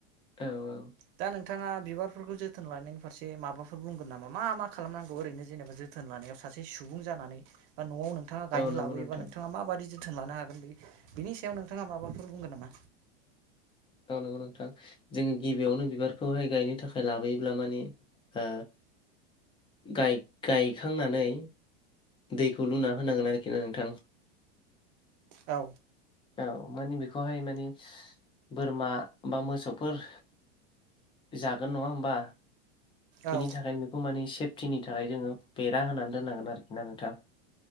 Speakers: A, on the left; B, on the right.
A: औ औ।
B: दा नोंथाङा बिबारफोरखौ जोथोन लानायनि फारसे माबाफोर बुंगोन नामा मा मा खालामनांगौ ओरैनो जेनेबा जोथोन लानायाव सासे सुबुं जानानै बा न'आवनो नोंथाङा
A: औ
B: गायनो
A: नंगौ
B: लाबोयोबा
A: नोंथां
B: नोंथाङा माबायदि जोथोन लानो हागोन बे बिनि
A: <unintelligible>
B: सायाव नोंथाङा माबाफोर बुंगोन नामा?
A: औ नंगौ न थां जोङो गिबियावनो बिबारखौहाय गायनो थाखाय लाबोयोब्ला माने ओ गाय गायखांनानै दैखौ लुना होनांगोन आरोखि ना नोंथां
B: औ
A: औ मानि बेखौहाय मानि बोरमा बा मोसौफोर जागोन नङा होमबा बेनि
B: औ
A: थाखायनो बेखौ माने सेफटिनि थाखाय जोङो बेरा होनानै दोननांगोन आरोखि ना नोंथां।